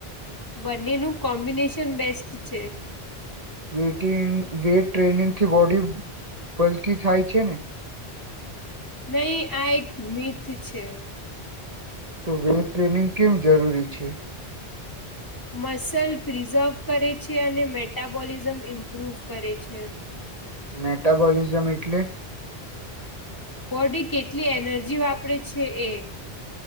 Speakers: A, on the left; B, on the right.
A: બંનેનું કોમ્બિનેશન બેસ્ટ છે.
B: વેઇટિંગ વેઇટ ટ્રેનિંગ થી બોડી પલકી થાય છે ને
A: નહી આ એક મીથ છે.
B: તો વેટ ટ્રેનિંગ કેમ જરૂરી છે.
A: મસલ પ્રિઝર્વ કરે છે અને મેટાબોલિઝમ ઇમ્પ્રુવ કરે છે.
B: મેટાબોલિઝમ એટલે
A: બોડી કેટલી એનર્જી વાપરે છે એ